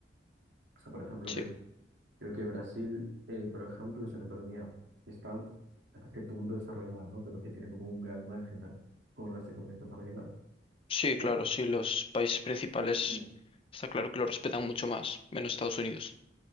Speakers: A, on the right (about 85°); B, on the left (about 30°).
A: O sea, por ejemplo,
B: sí.
A: que, creo que Brasil, eh, por ejemplo, es una economía que está hasta cierto punto desarrollada, ¿no? Pero que tiene como un gran margen a- con las economías desarrolladas.
B: Sí,
A: O,
B: claro, sí, los países principales
A: mm,
B: está claro que lo respetan mucho más, menos Estados Unidos.